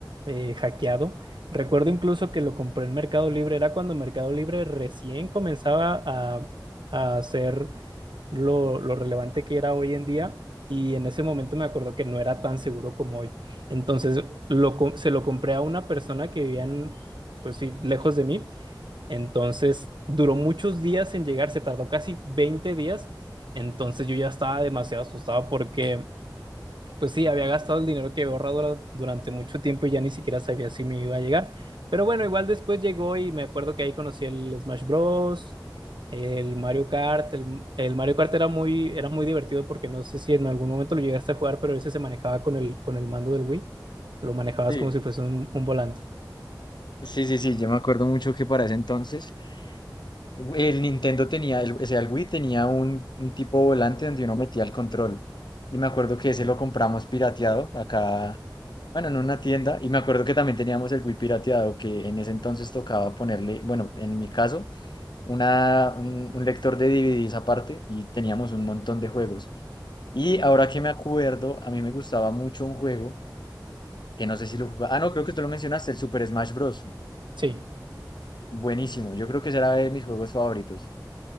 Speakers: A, on the right (about 80°); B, on the left (about 70°).
A: eh, hackeado. Recuerdo incluso que lo compré en Mercado Libre, era cuando Mercado Libre recién comenzaba a, a hacer lo, lo relevante que era hoy en día y en ese momento me acuerdo que no era tan seguro como hoy. Entonces lo, co- se lo compré a una persona que vivía en, pues sí, lejos de mí. Entonces duró muchos días en llegar, se tardó casi 20 días. Entonces yo ya estaba demasiado asustado porque pues sí, había gastado el dinero que había ahorrado dura- durante mucho tiempo y ya ni siquiera sabía si me iba a llegar. Pero bueno, igual después llegó y me acuerdo que ahí conocí el Smash Bros, el Mario Kart. El, el Mario Kart era muy, era muy divertido porque no sé si en algún momento lo llegaste a jugar, pero ese se manejaba con el, con el mando del Wii. Lo manejabas
B: Sí,
A: como si fuese un, un volante.
B: sí, sí, sí, yo me acuerdo mucho que para ese entonces El Nintendo tenía, el, o sea, el Wii tenía un, un tipo volante donde uno metía el control. Y me acuerdo que ese lo compramos pirateado acá, bueno, en una tienda. Y me acuerdo que también teníamos el Wii pirateado, que en ese entonces tocaba ponerle, bueno, en mi caso, una, un, un lector de DVDs aparte y teníamos un montón de juegos. Y ahora que me acuerdo, a mí me gustaba mucho un juego que no sé si lo jugaba. Ah, no, creo que tú lo mencionaste, el Super Smash Bros.
A: Sí.
B: Buenísimo. Yo creo que ese era de mis juegos favoritos.